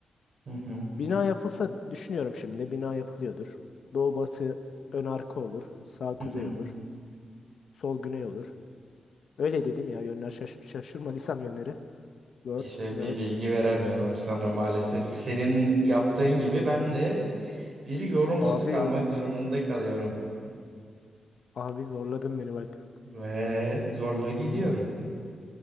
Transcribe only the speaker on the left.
bina yapılsa düşünüyorum şimdi. Bina yapılıyordur. Doğu batı ön arka olur. Sağ kuzey
olur. Sol güney olur. Öyle dedim ya yönler şaş- şaşırmadıysam yönleri. Word,
nerd.
Abi
Abi zorladın beni bak.